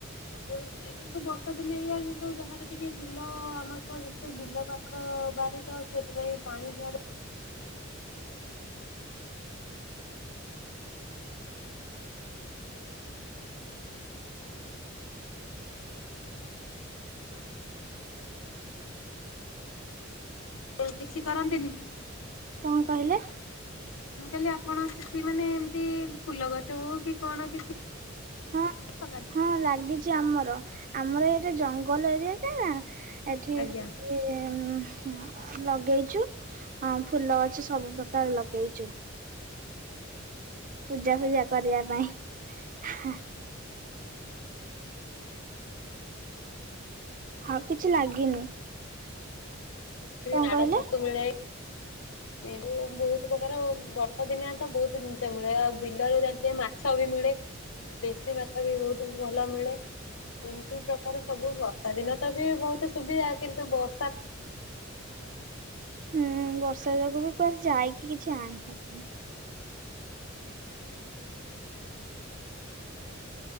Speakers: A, on the left; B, on the right.
A: ସବୁ ଏ କିନ୍ତୁ ବର୍ଷା ଦିନେ ଏଇଆ କିନ୍ତୁ ଯାହାର ଟିକେ ବିଲ ଆମର ତ ତ ବିଲ ପାଖ ବାରି ତ ସେଥିପାଇଁ ପାଣି ଝର ଉଁ କିଛି କରନ୍ତିନି।
B: କଣ କହିଲେ?
A: ମୁଁ କହିଲି ଆପଣ କିଛି ମାନେ ଏମତି ଫୁଲ ଗଛ ହଉ କି କଣ କିଛି
B: ହଁ
A: ଲଗାନ୍ତି?
B: ହଁ ଲାଗିଚି ଆମର ଆମର ଏଇଟି ଜଙ୍ଗଲ ଏରିଆ ଟେ ନା। ଏଠି
A: ଆଜ୍ଞା
B: ହଉଚି ଉଁ ହୁଁ। ଅ ଲଗେଇଚୁ ଅଁ ଫୁଲ ଗଛ ସବୁ ପ୍ରକାର ଲଗେଇଚୁ। ପୂଜା ଫୂଜା କରିଆ ପାଇଁ ହୁଁ। ଆଉ କିଛି ଲାଗିନି। କଣ
A: ନାଡ
B: କହିଲେ
A: ଛତୁ ମିଳେ। ଏଣୁ ବହୁତ ପ୍ରକାର ବର୍ଷା ଦିନିଆ ତ ବହୁତ ଜିନିଷ ମିଳେ ଆଉ ବିଲରୁ ଜାଣିଥିବେ ମା ଛ ବି ମିଳେ ଦେଶୀ ମାଛ ବି ବହୁତ ଭଲ ମିଳେ। ଏମିତି ପ୍ରକାର ସବୁ ବର୍ଷା ଦିନ ତ ବି ବହୁତ ସୁବିଧା କିନ୍ତୁ ବର୍ଷା।
B: ହୁଁ ବର୍ଷା ଯୋଗୁ ବି କୁଆଡେ ଯାଇକି କିଛି ଆଣି ହବନି।